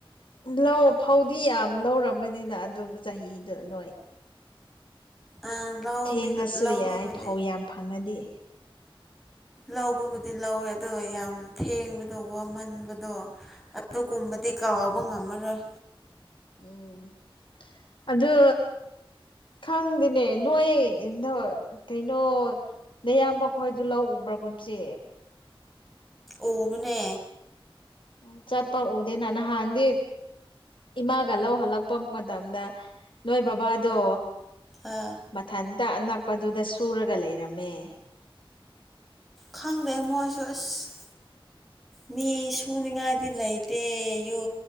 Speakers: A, on the left; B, in the centre.
A: ꯂꯧ ꯐꯧꯗꯤ ꯌꯥꯝ ꯂꯧꯔꯝꯒꯅꯤꯅ ꯑꯗꯨ ꯆꯍꯤꯗ ꯅꯣꯏ
B: ꯑ ꯂꯧꯗꯤ
A: ꯊꯦꯡꯉꯁꯨ
B: ꯂ ꯂꯧꯕꯕꯨꯗꯤ
A: ꯌꯥꯏ ꯐꯧ ꯌꯥꯝ ꯐꯪꯉꯗꯤ
B: ꯂꯧꯕꯕꯨꯗꯤ ꯂꯧꯋꯦ ꯑꯗꯣ ꯌꯥꯝ ꯊꯦꯡꯕꯗꯣ ꯋꯥꯃꯟꯕꯗꯣ ꯑꯗꯨꯒꯨꯝꯕꯗꯤ ꯀꯥꯎꯕ ꯉꯝꯃꯔꯣꯏ
A: ꯎꯝ ꯑꯗꯨ ꯈꯪꯗꯦꯅꯦ ꯅꯣꯏ ꯗꯣ ꯀꯩꯅꯣ ꯅꯌꯥꯝꯕ ꯈꯣꯏꯗꯨ ꯂꯧ ꯎꯕ꯭ꯔꯥ ꯀꯨꯝꯁꯤ
B: ꯎꯕꯅꯦ
A: ꯎꯝ ꯆꯠꯄ ꯎꯗꯦꯅ ꯅꯍꯥꯟꯗꯤ ꯏꯃꯥꯒ ꯂꯧ ꯍꯜꯂꯛꯄ ꯃꯇꯝꯗ ꯅꯣꯏ ꯕꯥꯕꯥꯗꯣ
B: ꯑꯥ
A: ꯃꯊꯟꯇ ꯑꯅꯛꯄꯗꯨꯗ ꯁꯨꯔꯒ ꯂꯩꯔꯝꯃꯦ
B: ꯈꯪꯗꯦ ꯃꯣꯏꯁꯨ ꯑꯁ ꯃꯤ ꯁꯨꯅꯤꯉꯥꯏꯗꯤ ꯂꯩꯇꯦ ꯌꯨ